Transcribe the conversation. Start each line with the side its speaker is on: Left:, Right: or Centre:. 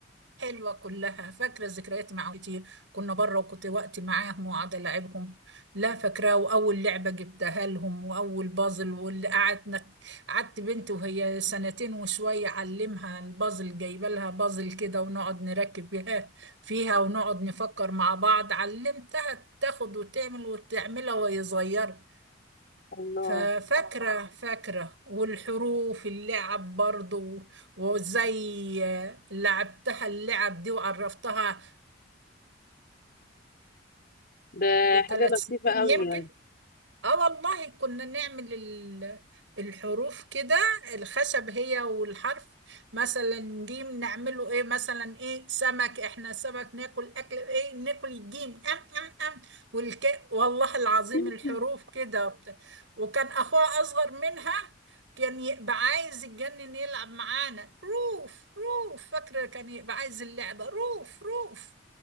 Right: حلوة كلها فاكرة الذكريات معاهم كتير كنا بره وكنت وقت معاهم وقعد ألعبهم لا فاكراه وأول لعبة جبتها لهم وأول بازل واللي قعدنا قعدت بنتي وهي سنتين وشوية أعلمها البازل جايبة لها بازل كده ونقعد نركب بها فيها ونقعد نفكر مع بعض علمتها تاخد وتعمل وتعملها وهي صغيرة
Left: الله
Right: ففاكرة فاكرة والحروف اللعب برضو وازاي لعبتها اللعب دي وعرفتها
Left: ده
Right: لثلاث
Left: حاجة لطيفة
Right: سنين
Left: قوي
Right: يمكن
Left: يعني
Right: اه والله كنا نعمل ال- الحروف كده الخشب هي والحرف مثلا جيم نعمله ايه مثلا ايه سمك احنا سمك ناكل اكل ايه ناكل الجيم ام ام ام والك والله العظيم
Left: <laughs>
Right: الحروف كده وبت- وكان اخوها اصغر منها كان يبقى عايز يتجنن يلعب معانا روف روف فاكرة كان يبقى عايز اللعبة روف روف